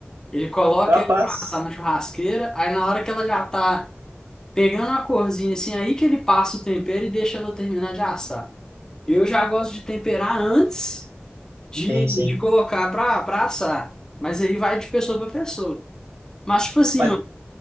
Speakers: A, on the left (about 15°); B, on the right (about 85°).
A: Ele coloca
B: capaz.
A: ela pra assar na churrasqueira, aí na hora que ela já tá pegando a corzinha, assim, aí que ele passa o tempero e deixa ela terminar de assar. Eu já gosto de temperar antes de,
B: Sim, sim.
A: de colocar pra, pra assar, mas aí vai de pessoa pra pessoa. Mas, tipo assim,
B: Mas,
A: mano,